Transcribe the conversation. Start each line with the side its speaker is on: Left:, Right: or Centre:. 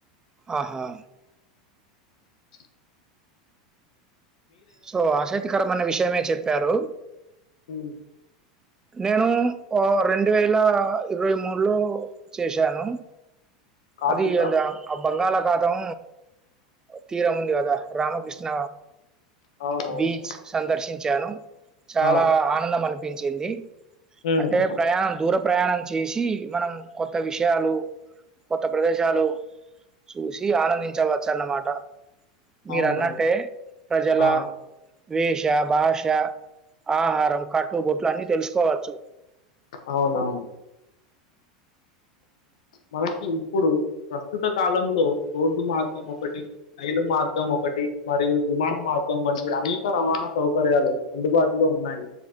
Right: ఆహా
Left: చె
Right: సో ఆసక్తికరమన్న విషయమే చెప్పారు
Left: హ
Right: నేను రెండు వేల ఇరవై మూడు లో చేసాను
Left: కాశికా
Right: అది అ ఆ బంగాళాఖాతం తీరం ఉంది కదా రామకృష్ణ
Left: అవునవును
Right: బీచ్ సందర్శించాను చాలా
Left: ఆ
Right: ఆనందం అనిపించింది
Left: ఉమ్
Right: అంటే ప్రయాణం దూర ప్రయాణం చేసి మనం కొత్త విషయాలు కొత్త ప్రదేశాలు చూసి ఆనందించవచ్చు అన్నమాట మీరన్నట్టే
Left: అవునవును
Right: ప్రజల
Left: ఆ
Right: వేష భాష ఆహారం కట్టు బొట్లు అన్ని తెలుసుకోవచ్చు
Left: అవునవును మనకి ఇప్పుడు ప్రస్తుత కాలంలో రోడ్డు మార్గం ఒకటి రైలు మార్గం ఒకటి మరియు విమాన మార్గం వంటి అనేక రవాణా సౌకర్యాలు అందుబాటులో ఉన్నాయి.